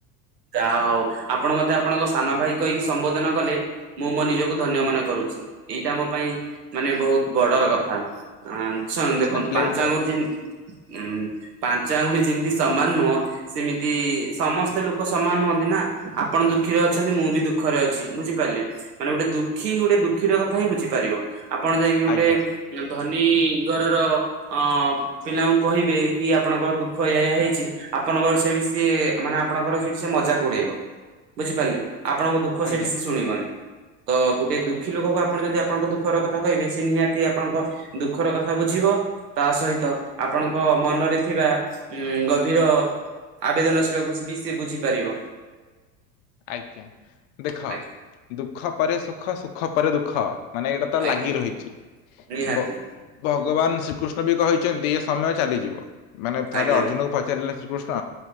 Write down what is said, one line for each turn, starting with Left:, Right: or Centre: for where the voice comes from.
Right: ଯାହା ହଉ ଆପଣ ମତେ ଆପଣଙ୍କ ସାନ ଭାଇ କହିକି ସମ୍ବୋଧନ କଲେ। ମୁଁ ମୋ ନିଜକୁ ଧନ୍ୟ ମନେ କରୁଛି ଏଇଟା ମୋ ପାଇଁ ମାନେ ବହୁତ ବଡର କଥା। ଆଁ ଛାଣ
Left: ଇଟ୍ସ
Right: ଦେଖନ୍ତୁ
Left: ମାଇ ପ୍ଲେଜର।
Right: ପାଞ୍ଚଆଙ୍ଗୁଡି ଯେମିତି ଉଁ ପାଞ୍ଚ ଆଙ୍ଗୁଳି ଯେମିତି ସମାନ ନୁହଁ ସେମିତି ସମସ୍ତେ ଲୋକ ଲୋକ ସମାନ ନୁହନ୍ତି ନା ଆପଣ ଦୁଃଖୀରେ ଅଛନ୍ତି
Left: ଆ-
Right: ମୁଁ ବି ଦୁଃଖରେ ଅଛି ବୁଝିପାରିଲେ। ମାନେ ଗୋଟେ ଦୁଃଖୀ ଗୋଟେ ଦୁଃଖୀର କଥା ହିଁ ବୁଝିପାରିବ ଆପଣ ଯାଇକି ଗୋଟେ
Left: ଆଜ୍ଞା
Right: ଧନୀ ଘରର ଅଁ ପିଲାଙ୍କୁ କହିବେ କି ଆପଣଙ୍କର ଦୁଃଖ ଏଇଆ ଏଇଆ ହେଇଛି ଆପଣଙ୍କର ସେଇଠି ସିଏ ମାନେ ଆପଣଙ୍କର ସେଠି ସେ ମଜାକ ଉଡେଇବ ବୁଝିପାରିଲେ ଆପଣଙ୍କ ଦୁଃଖ
Left: ଆଜ୍ଞା
Right: ସେଠି ସେ ଶୁଣିବନି। ତ ଗୋଟେ ଦୁଃଖୀ ଲୋକଙ୍କୁ ଆପଣ ଯଦି ଆପଣଙ୍କ ଦୁଃଖର କଥା କହିବେ ସେ ନିହାତି ଆପଣଙ୍କ ଦୁଃଖର କଥା ବୁଝିବ। ତା ସହିତ ଆପଣଙ୍କ ମନରେ ଥିବା ଉଁ ଗଭୀର ଆବେଦନଶୀଳକୁସି ବି ସିଏ ବୁଝିପାରିବ।
Left: ଆଜ୍ଞା ଦେଖ
Right: ଆଜ୍ଞା
Left: ଦୁଃଖ ପରେ ସୁଖ ସୁଖ ପରେ ଦୁଃଖ। ମାନେ ଏଇଟା ତ
Right: ଆଜ୍ଞା
Left: ଲାଗି ରହିଛି
Right: ନିହାତି
Left: ବ ଭଗବାନ ଶ୍ରୀକୃଷ୍ଣ ବି କହିଛନ୍ତି ଏ ସମୟ ଚାଲିଯିବ ମାନେ ଥରେ
Right: ଆଜ୍ଞା
Left: ଅର୍ଜୁନକୁ ପଚାରିଲେ। ଶ୍ରୀକୃଷ୍ଣ